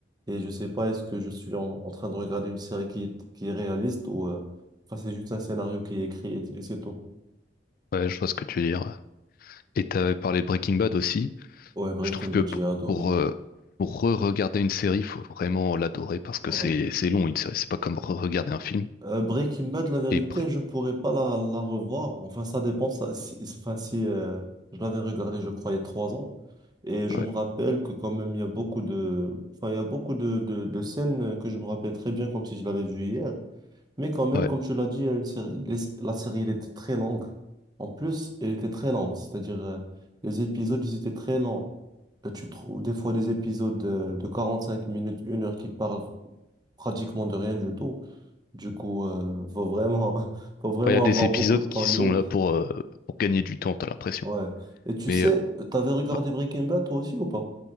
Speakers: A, on the right; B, on the left.
A: et je sais pas, est-ce que je suis en, en train de regarder une série qui, est- qui est réaliste ou euh, enfin, c'est juste un scénario qui est écrit et, et c'est tout.
B: Ouais, ouais, je vois ce que tu veux dire. Et t'avais parlé de Breaking Bad aussi.
A: Ouais, Breaking
B: Je trouve que
A: Bad,
B: pour
A: j'ai adoré.
B: pour, euh, pour re-regarder une série, faut vraiment l'adorer parce que
A: Ouais.
B: c'est c'est long une série. C'est pas comme re-regarder un film.
A: Euh, Breaking Bad, la vérité,
B: Et pr-
A: je pourrais pas la, la revoir. Enfin, ça dépend. ça- si, si, enfin, si euh, je l'avais regardé, je crois, il y a trois ans. Et je
B: ouais,
A: me rappelle que quand même, il y a beaucoup de, enfin, il y a beaucoup de, de, de scènes euh, que je me rappelle très bien, comme si je l'avais vu hier. Mais quand même,
B: ouais. Ouais,
A: comme tu l'as dit, il y a une série- les- la série, elle était très longue. En plus, elle était très lente. C'est-à-dire, euh, les épisodes, ils étaient très lents. Euh, Tu trouves des fois des épisodes de, de 45 minutes, une heure qui parlent pratiquement de rien du tout. Du coup, euh, faut vraiment, <laughs> faut vraiment
B: Enfin, Il y a des
A: avoir
B: épisodes
A: beaucoup de temps
B: qui
A: libre.
B: sont là pour, euh, pour gagner du temps, t'as l'impression.
A: Ouais. Et tu
B: Mais
A: sais,
B: euh,
A: t'avais regardé
B: ouais,
A: Breaking Bad toi aussi ou pas?